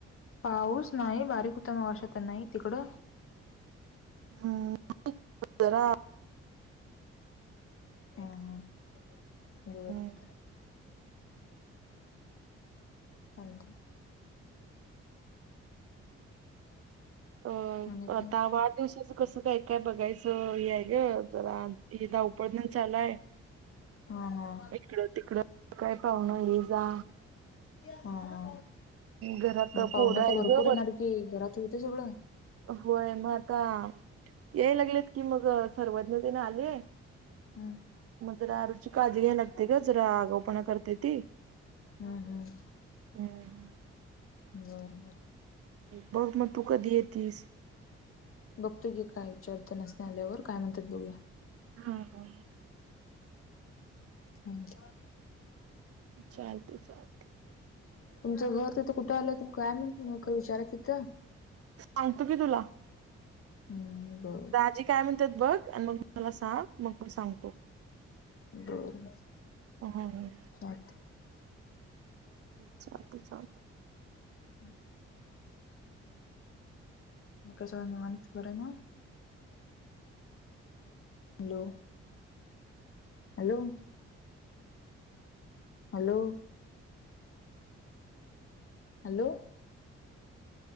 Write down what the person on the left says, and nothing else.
पाऊस, नाही बारीक हुता मगाशी, आता नाही. तिकड?
हां हां, बरं <unintelligible>
<inaudible> <inaudible>
आणि काय
हां हां
हां हां,
मग
पाहुन
तेर भरपूर
येणार की, घरात होताय सगळं.
हम्
हम्म हम्म
बरं बरं
बघतो कि, काय विचारतो त्यासानी आल्यावर काय म्हणतात बघूया.
म्हज <unintelligible>
तुमचं घर तिथं कुठं आलं, काय म्हणून नेमकं विचाराय तिथं.
हम् ब
बर
<inaudible> <unintelligible>
हम् <inaudible> कस आहे निवांत बर नव्ह hello hello hello hello